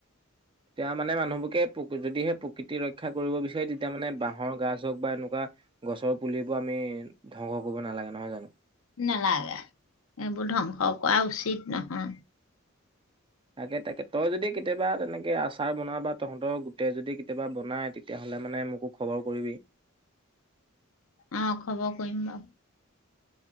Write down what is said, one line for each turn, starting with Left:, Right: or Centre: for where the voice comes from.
Right: তেতিয়া মানে মানুহবোৰকে যদিহে প্ৰকৃতিৰ ৰক্ষা, কৰিব বিচাৰে তেতিয়া মানে বাঁহৰ গাজ বা এনেকুৱা গছৰ পুলিবোৰ আমি ধ্বংস কৰিব নালাগে নহয় জানো,
Left: নালাগে এইবোৰ ধ্বংস কৰা উচিত নহয়।
Right: তাকে-তাকে তই যদি কেতিয়াবা তেনেকে আচাৰ বনাই বা তহঁতৰ গোটেই যদি কেতিয়াবা বনাই তেতিয়াহ'লে মানে মোকো খবৰ কৰিবি।
Left: আহ', খবৰ কৰিম বাৰোঁ